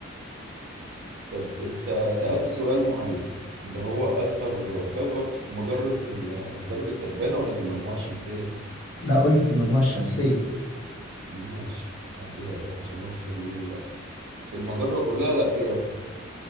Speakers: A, on the right; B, on the left.
A: طب انت
B: س-
A: سألت سؤال معين اللي هو أصغر كوكب في مجرة ال- درب التبانة ولا في المجموعة الشمسية؟
B: لا قلت في المجموعة الشمسية
A: ماشي هعديها لك عشان لو في ال- في المجرة كلها لا في أصغر